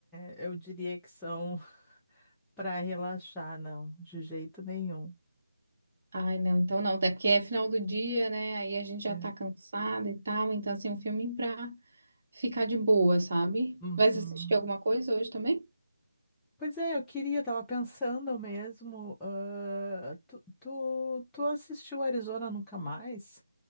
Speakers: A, in the centre; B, on the right.
A: é- eu diria que são <laughs> para relaxar, não, de jeito nenhum.
B: Ai, não, então não, até porque é final do dia, né? Aí a gente já
A: É.
B: tá cansada e tal, então assim, um filme pra ficar de boa, sabe?
A: Uhum.
B: Vai assistir alguma coisa hoje também?
A: Pois é, eu queria, tava pensando mesmo. ah, tu, tu, tu assistiu Arizona Nunca Mais?